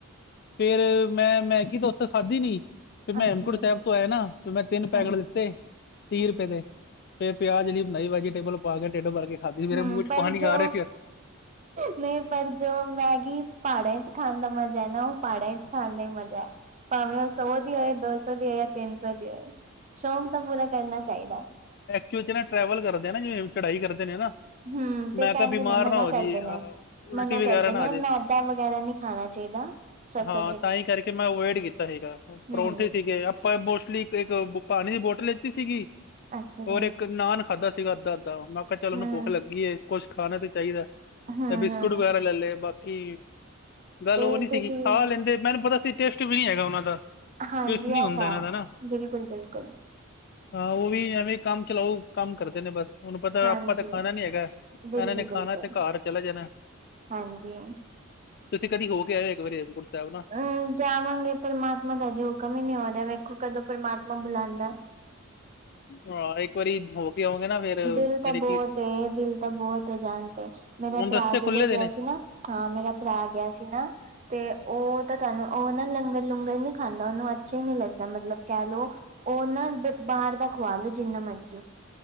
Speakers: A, on the left; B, on the right.
A: ਫੇਰ, ਮੈਂ ਮੈਗੀ ਤਾਂ ਉੱਥੇ ਖਾਧੀ ਨੀਂ ਫਿਰ ਮੈਂ
B: ਅੱਛਾ
A: ਹੇਮਕੁਂਟ
B: ਜੀ
A: ਸਾਹਿਬ ਤੋਂ ਆਇਆ ਨਾ। ਫਿਰ ਮੈਂ ਤਿੰਨ ਪੈਕਟ
B: ਹਾਂ
A: ਲਿੱਤੇ ਤੀਹ
B: ਅੱਛਾ
A: ਰੁਪਏ ਦੇ ਫਿਰ ਪਿਆਜ ਲਈ ਬਣਾਈ ਵੈਜੀਟੇਬਲ ਪਾ ਕੇ, ਢਿੱਡ ਭਰ ਕੇ ਖਾਧੀ ਮੇਰੇ
B: ਹਮ
A: ਮੂੰਹ ਚ
B: ਪਰ
A: ਪਾਣੀ
B: ਜੋ,
A: ਆ ਰਿਹਾ ਸੀ
B: ਨਹੀਂ ਪਰ ਜੋ ਮੈਗੀਂ ਪਹਾੜਾਂ ਚ ਖਾਣ ਦਾ ਮਜਾ ਹੈ ਨਾ। ਉਹ ਪਹਾੜਾਂ ਚ ਖਾਣ ਦਾ ਹੀ ਮਜ਼ਾ ਹੈ। ਭਾਵੇਂ ਉਹ ਸੋ ਦੀ ਹੋਏ ਦੋ ਸੋ ਜਾਂ ਤਿੰਨ ਸੌ ਰੁਪਏ ਦੀ ਹੋਏ। ਸ਼ੌਂਕ ਤਾਂ ਪੂਰਾ ਕਰਨਾ ਚਾਹੀਦਾ।
A: ਕਿਉਂ ਜਿਹੜਾ ਟਰੈਵਲ ਕਰਦੇ ਨਾ ਜਿਵੇਂ, ਚੜਾਈ ਕਰਦੇ ਨੇ ਨਾ।
B: ਹੰਮ,
A: ਮੈਂ
B: ਤੇ ਕਹਿੰਦੇ
A: ਕਿਹਾ ਬਿਮਾਰ
B: ਨੇ ਮਨਾ
A: ਨਾ ਹੋ
B: ਕਰਦੇ
A: ਜਾਈਏ
B: ਨੇ,
A: ਉਲਟੀ
B: ਮਨਾ
A: ਵਗੈਰਾ
B: ਕਰਦੇ
A: ਨਾ
B: ਨੇ
A: ਆ ਜਾਏ
B: ਮੈਦਾ ਵਗੈਰਾ ਨਹੀਂ ਖਾਣਾ ਚਾਹੀਦਾ। ਸਫ਼ਰ
A: ਹਾਂ
B: ਵਿੱਚ
A: ਤਾਂ ਹੀ ਕਰਕੇ ਮੈਂ ਅਵੋਇਡ ਕੀਤਾ ਸੀ ਗਾ,
B: ਹਮ
A: ਪਰੌਂਠੇ ਸੀਗੇ ਮੋਸਟਲੀ ਇੱਕ ਪਾਣੀ ਦੀ ਬੋਟਲ ਲਤੀ ਸੀਗੀ।
B: ਅੱਛਾ ਜੀ
A: ਔਰ ਇੱਕ ਨਾਨ ਖਾਧਾ ਸੀਗਾ ਅੱਧਾ ਮੈਂ ਕਿਹਾ
B: ਹੂੰ
A: ਚੱਲੋ ਉਹਨੂੰ ਭੁੱਖ ਲੱਗੀ ਏ। ਕੁੱਛ ਖਾਣਾ ਤੇ ਚਾਹੀਦਾ ਹੈ।
B: ਹੂੰ
A: ਤੇ ਬਿਸਕੁਟ
B: ਹੂੰ
A: ਵਗੈਰਾ ਲੈ ਲਏ। ਬਾਕੀ ਗੱਲ
B: ਤੇ
A: ਉਹ ਨੀ ਸੀ
B: ਤੁਸੀਂ
A: ਗੀ ਖਾ ਲੈਂਦੇ ਮੈਨੂੰ ਪਤਾ ਟੇਸਟ ਵੀ ਨਹੀ ਹੈਗਾ ਉਹਨਾਂ ਦਾ।
B: ਹਾਂਜੀ
A: ਟੇਸਟ ਨਹੀਂ
B: ਇਹ
A: ਹੁੰਦਾ
B: ਤਾਂ
A: ਇਹਨਾਂ
B: ਹੈ,
A: ਦਾ ਨਾ
B: ਬਿਲਕੁਲ ਬਿਲਕੁਲ।
A: ਹਾਂ ਉਹ ਵੀ ਐਵੇਂ ਕੰਮ ਚਲਾਓ, ਕੰਮ ਕਰਦੇ ਨੇ ਬਸ ਉਹਨੂੰ ਪਤਾ
B: ਹਾਂਜੀ
A: ਆਪਾਂ ਤਾਂ ਖਾਣਾ ਨੀ ਹੈਗਾ। ਇਹਨਾਂ
B: ਬਿਲਕੁਲ
A: ਨੇ ਖਾਣਾ
B: ਬਿਲਕੁਲ
A: ਹੈ ਤੇ ਘਰ ਚਲੇ ਜਾਣਾ ਹੈ।
B: ਹਾਂਜੀ
A: ਤੁਸੀਂ ਕਦੀ ਹੋ ਕੇ ਆਇਓ। ਇੱਕ ਵਾਰੀ ਹੇਮਕੁੰਟ ਸਾਹਿਬ ਨਾ।
B: ਹੁੰ ਜਾਵਾਂਗੇ ਪਰਮਾਤਮਾ ਦਾ ਅਜੇ ਹੁਕਮ ਹੀ ਨਹੀਂ ਆ ਰਿਹਾ। ਵੇਖੋ ਕਦੋਂ ਪਰਮਾਤਮਾ ਬੁਲਾਉਂਦਾ
A: ਹੋ ਆਓ ਇੱਕ ਵਾਰੀ ਹੋ ਕੇ ਆਓਗੇ ਨਾ ਯਾਨੀ
B: ਦਿਲ ਤਾਂ ਬਹੁਤ
A: ਕਿ
B: ਹੈ, ਦਿਲ ਤਾਂ ਬਹੁਤ ਹੈ ਜਾਣ ਤੇ, ਮੇਰਾ
A: ਹੁਣ
B: ਭਰਾ
A: ਰਸਤੇ
B: ਜਦੋਂ
A: ਖੁੱਲੇ ਦੇ
B: ਗਿਆ
A: ਨੇ
B: ਸੀ ਨਾ ਹਾਂ ਮੇਰਾ ਭਰਾ ਆ ਗਿਆ ਸੀ ਨਾ। ਤੇ ਉਹ ਤਾਂ ਤੁਹਾਨੂੰ ਉਹ ਨਾ ਲੰਗਰ ਲੂੰਗਰ ਨੀ ਖਾਂਦਾ ਉਹਨੂੰ ਅੱਛਾ ਹੀ ਨੀ ਲੱਗਦਾ ਮਤਲਬ ਕਹਿ ਲਓ ਉਹ ਨਾ ਬਾਹਰ ਦਾ ਖਵਾ ਲੋ ਜਿੰਨਾ ਮਰਜ਼ੀ,